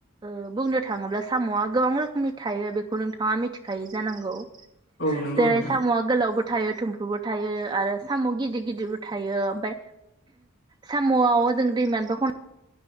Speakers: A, on the right (about 20°); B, on the left (about 55°).
A: ओ बुंनो थाङोब्ला साम'आ गोबां रोखोमनि थायो बेखौ नोंथाङा मिथिखायो जानांगौ।
B: औ नंगौ
A: जेरै
B: नोंथां
A: सामुआ गोलावबो थायो थुमफ्रुबो थायो आरो साम गिदिर गिदिरबो थायो ओमफाय साम' आव जों दैमानिबो खन